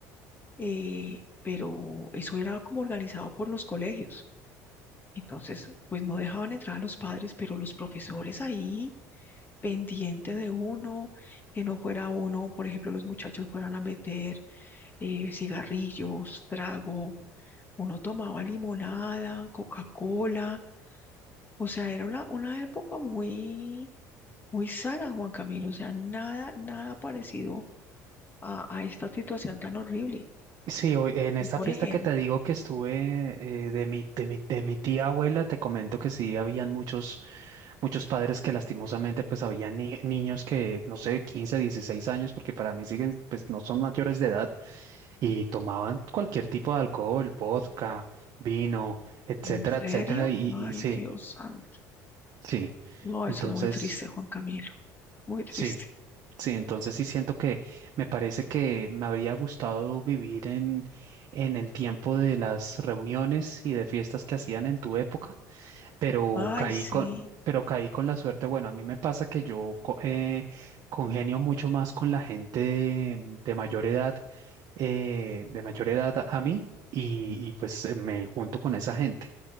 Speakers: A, on the left; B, on the right.
A: eh, pero eso era como organizado por los colegios. Entonces, pues no dejaban entrar a los padres, pero los profesores ahí pendiente de uno, que no fuera uno, por ejemplo, los muchachos fueran a meter eh, cigarrillos, trago, uno tomaba limonada, Coca-Cola, o sea, era una, una época muy muy sana, Juan Camilo, o sea, nada, nada parecido a, a esta situación tan horrible.
B: Sí, o- en esta
A: Tú, por
B: fiesta
A: ejemplo,
B: que te digo que estuve eh, de mi, de mi, de mi tía abuela, te comento que sí habían muchos, muchos padres que lastimosamente pues habían ni- niños que, no sé, 15 16 años, porque para mí siguen, pues no son mayores de edad, y tomaban cualquier tipo de alcohol, vodka, vino, etcétera,
A: ¿en serio?
B: etcétera, y,
A: Ay,
B: y sí,
A: Dios santo.
B: sí.
A: No,
B: Entonces,
A: eso es muy triste, Juan Camilo, muy triste.
B: sí. Sí, entonces sí siento que me parece que me habría gustado vivir en, en el tiempo de las reuniones y de fiestas que hacían en tu época, pero
A: Ay,
B: caí
A: sí.
B: con, pero caí con la suerte. Bueno, a mí me pasa que yo co- eh, congenio mucho más con la gente de, de mayor edad, eh, de mayor edad a a mí, y, y pues eh, me junto con esa gente